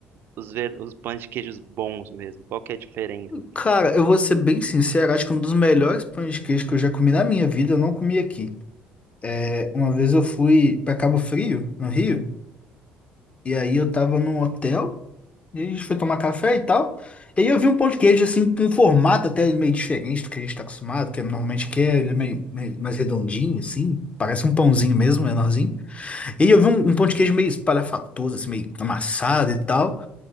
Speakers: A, on the right (about 60°); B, on the left (about 30°).
A: os, ver... os pães de queijos bons mesmo, qual que é a diferença, assim.
B: Cara, eu vou ser bem sincero, acho que um dos melhores pães de queijo que eu já comi na minha vida, eu não comi aqui. É, uma vez eu fui pra Cabo Frio, no Rio, e aí eu tava num hotel. E a gente foi tomar café e tal. E aí eu vi um pão de queijo, assim, com um formato até meio diferente do que a gente está acostumado, que é- normalmente aqui é ele é meio, meio mais redondinho, assim. Parece um pãozinho mesmo, menorzinho. E eu vi um, um pão de queijo meio espalhafatoso, assim, meio amassado e tal.